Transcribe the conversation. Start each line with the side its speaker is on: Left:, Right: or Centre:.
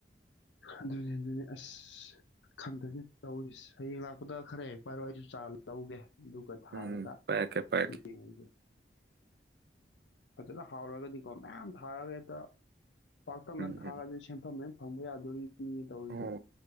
Left: ꯑꯗꯨꯅꯤꯅꯦ ꯑꯗꯨꯅꯦ ꯑꯁ ꯈꯪꯗꯦꯅꯦ ꯇꯧꯔꯤꯖꯦ ꯍꯌꯦꯡ ꯂꯥꯛꯄꯗ ꯈꯔ ꯍꯦꯛ ꯄꯥꯏꯔꯛꯑꯣ ꯑꯩꯁꯨ ꯆꯥꯔ ꯂꯧꯒꯦ ꯑꯗꯨꯒ ꯊꯥꯔꯒ
Right: ꯎꯝ ꯎꯝ ꯄꯥꯏꯔꯛꯀꯦ ꯄꯥꯏꯔꯛꯀꯦ
Left: ꯌꯦꯡꯉꯨꯒꯤꯒꯦ ꯐꯖꯅ ꯍꯥꯎꯔꯒꯗꯤꯀꯣ ꯃꯌꯥꯝ ꯊꯥꯔꯒ ꯍꯦꯛꯇ- ꯄꯥꯛꯇꯛꯅ
Right: ꯎꯝ
Left: ꯊꯥꯔꯗꯤ
Right: ꯎꯝ
Left: ꯁꯦꯟꯐꯝꯅꯦ ꯂꯧꯁꯤꯟꯕ ꯉꯝꯗꯕ ꯁꯤꯅꯤ ꯇꯧꯔꯤꯖꯦ
Right: ꯑꯣ